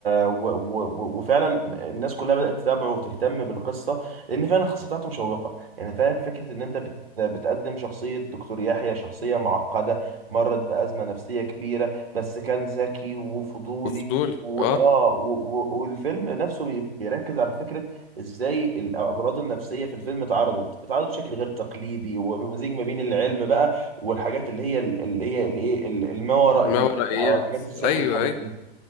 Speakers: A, on the right (about 65°); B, on the left (about 35°).
A: و... و... وفعلا الناس كلها بدات تتابعه وتهتم بالقصه لان فعلا القصه بتاعته مشوقه يعني فاهم فكره ان انت بت... بتقدم شخصيه دكتور يحيى شخصيه معقده مرت بازمه نفسيه كبيره بس كان ذكي وفضولي
B: وفضولي
A: وآه
B: اه
A: و... و... والفيلم نفسه بي... بيركز على فكرة ازاي الأمراض النفسية في الفيلم اتعرضت اتعرضت بشكل غير تقليدي ومزيج ما بين العلم بقى والحاجات اللي هي اللي هي الايه الما ورائيات
B: ما ورائيات
A: او حاجات السحر
B: ايوه
A: والحاجات
B: ايوه
A: دي